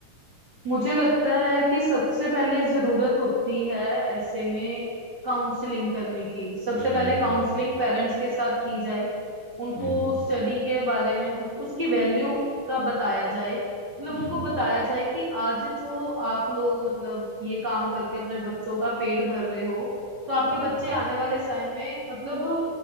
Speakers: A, on the right (about 35°); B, on the left (about 45°).
A: मुझे लगता है कि सबसे पहले जरूरत होती है ऐसे में काउंसलिंग करने की सबसे
B: हम्म
A: पहले काउंसलिंग पेरेंट्स के साथ की जाए उनको
B: हम्म
A: स्टडी के बारे में उन, उसकी वैल्यू का बताया जाए मतलब
B: हम्म
A: उनको बताया जाए कि आज जो आप लोग मतलब ये काम करके अपने बच्चों का पेट भर रहे हो तो आपके
B: हम्म
A: बच्चे आने वाले समय में मतलब